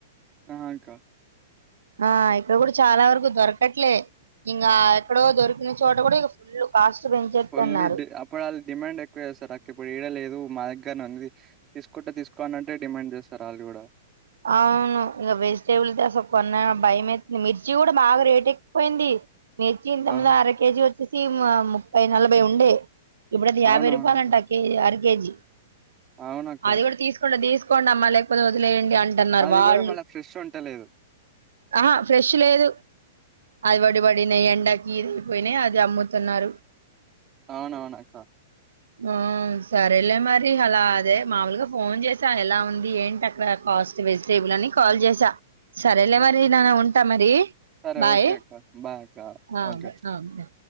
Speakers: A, on the right; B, on the right.
A: ఆ అక్క
B: ఆ ఇక్కడ కూడా చాలా వరకు దొరకట్లే ఇంగా ఎక్కడో దొరికిన చోట కూడా ఇక ఫుల్ కాస్ట్ పెంచేస్తున్నారు
A: ఫుల్ డి అప్పుడాళ్ళు డిమాండ్ ఎక్కువ చేస్తారకిప్ ఇప్పుడు ఏడ లేదు మా దగ్గరనే ఉంది తీసుఆకుంటే తీసుకొండంటే డిమాండ్ చేస్తారు ఆళ్ళు కూడా
B: అవును ఇంక వెజిటేబుల్ది అసలు కొన్నా భయం ఏత్తంది మిర్చి కూడా బాగా రేట్ ఎక్కిపోయింది మిర్చి ఇంతముందు
A: ఆహా
B: అర కేజీ వచ్చేసి ము ముప్పై నలభై ఉండే ఇప్పుడది యాభై
A: అవునవునక్క
B: రూపాయలుంటా కేజీ అర్ కే జీ
A: అవునక్క
B: అది కూడా తీసుకుంటె తీస్ కొండమ్మా లేకపోతే వదిలేయండి అ అంటన్నారు
A: అది
B: వాళ్ళు
A: కూడా మళ్ళీ ఫ్రెష్ ఉంటలేదు
B: ఆ ఫ్రెష్ లేదు అది పడి పడిన ఎండకి ఇది అయిపోయినా అది అమ్ముతున్నారు
A: అవునవునక్క
B: ఆ సరేలే మరి అలా అదే మాముూలుగా ఫోన్ చేసా ఎలా ఉంది ఏంటి అక్కడ కాస్ట్ వెజిటేబుల్ అని కాల్ చేసా సరేలే
A: ఆహా
B: మరి నాన్న ఉంటా మరి
A: సరే
B: బాయ్
A: ఓకే అక్క బాయ్ అక్క
B: అ
A: ఓకే
B: బా అ బా